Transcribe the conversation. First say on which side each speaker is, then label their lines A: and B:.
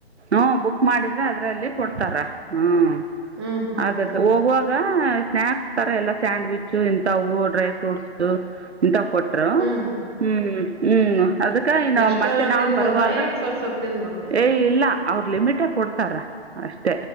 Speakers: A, on the right; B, on the right.
A: ಹು ಬುಕ್ ಮಾಡಿದ್ರೆ ಅದ್ರಲ್ಲಿ ಕೊಡ್ತಾರ ಹ್ಮ್.
B: ಹ್ಮ್ ಹ್ಮ್
A: ಅದಕ್ಕೆ
B: ಹ್ಮ್
A: ಹೋಗುವಾಗ ಸ್ನಾಯಕ್ಸ್ ತರ ಎಲ್ಲ ಸ್ಯಾಂಡ್ವಿಚ್ ಇಂಥವು ಡ್ರೈ ಫ್ರೂಟ್ಸ್ ಇಂಥ ಕೊಟ್ಟರು.
B: ಹ್ಮ್
A: ಹ್ಮ್ ಹ್ಮ್ ಅದಕ್ಕೆ ಇನ್ನು
B: ಎಷ್ಟನ
A: ಮತ್ತೆ ನಾವು
B: ತಿನ್ಬೋದಾ
A: ಬರುವಾಗ
B: ಏನ್ ಸ್ವಲ್ ಸ್ವಲ್ಪ ತಿನ್ಬೇಕ
A: ಏ ಇಲ್ಲ. ಅವ್ರು ಲಿಮಿಟೇ ಕೊಡ್ತಾರ ಅಷ್ಟ.